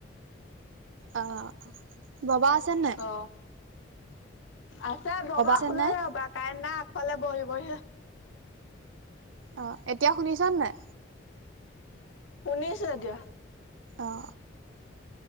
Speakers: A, on the right; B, on the left.
A: অ', বাবা আছে নে নাই?
B: অ আছে, ববা
A: আছে
B: শুলেই
A: নাই?
B: ৰ'বা, কাৰেন্ট নাই, আগফালে বহি বহি৷
A: অ', এতিয়া শুনিছানে নাই?
B: শুনিছো এতিয়া।
A: অ'।